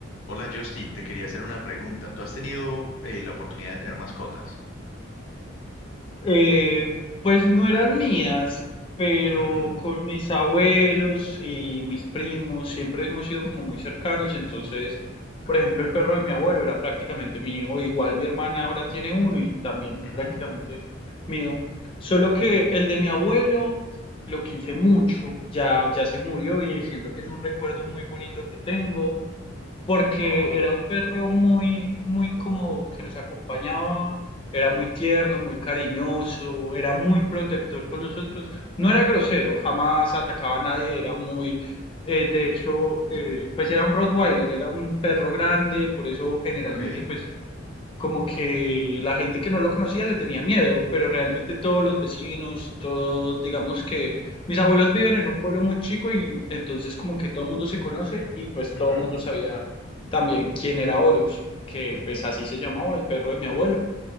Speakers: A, on the left (about 85°); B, on the left (about 25°).
A: Hola Justin, te quería hacer una pregunta. ¿Tú has tenido eh, la oportunidad de tener mascotas?
B: Eh, pues no eran mías, pero
A: Ujú,
B: con mis abuelos y mis primos siempre hemos sido como muy cercanos, entonces, por ejemplo, el perro de mi abuelo era prácticamente mío, igual mi hermana ahora tiene uno y también
A: ujú.
B: prácticamente mío, solo que el de mi abuelo lo quise mucho, ya, ya se murió y siento que es un recuerdo muy bonito que tengo porque
A: Ah,
B: era un perro muy, muy como que nos acompañaba, era muy tierno, muy cariñoso, era muy protector con nosotros, no era grosero, jamás atacaba a nadie, era muy, eh, de hecho, eh, pues era un Rottweiler, era un perro grande, por eso generalmente
A: ok.
B: pues como que la gente que no lo conocía le tenía miedo, pero realmente todos los vecinos, todos, digamos que mis abuelos viven en un pueblo muy chico y entonces como que todo el mundo se conoce y pues
A: Ujú,
B: todo el mundo sabía también quién era Horus, que pues así se llamaba el perro de mi abuelo.